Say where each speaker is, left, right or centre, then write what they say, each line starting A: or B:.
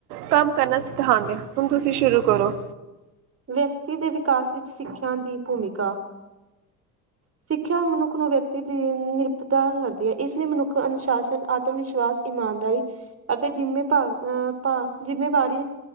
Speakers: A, on the right; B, on the right.
A: ਕੰਮ ਕਰਨਾ ਸਿਖਾਉਂਦੇ ਆ ਹੁਣ ਤੁਸੀਂ ਸ਼ੁਰੂ ਕਰੋ।
B: ਵਿਅਕਤੀ ਦੇ ਵਿਕਾਸ ਵਿੱਚ ਸਿੱਖਿਆ ਦੀ ਭੂਮਿਕਾ ਸਿੱਖਿਆ ਮਨੁੱਖ ਨੂੰ ਵਿਅਕਤੀ ਦੀ ਨਿਰਪਤਾ ਕਰਦੀ ਹੈ ਇਸ ਲਈ ਮਨੁੱਖ ਅਨੁਸ਼ਾਸਨ ਆਤਮ ਵਿਸ਼ਵਾਸ ਇਮਾਨਦਾਰੀ ਅਤੇ ਜਿੰਮੇ ਭਾਵ ਅਹ ਭਾ ਜਿੰਮੇਵਾਰੀ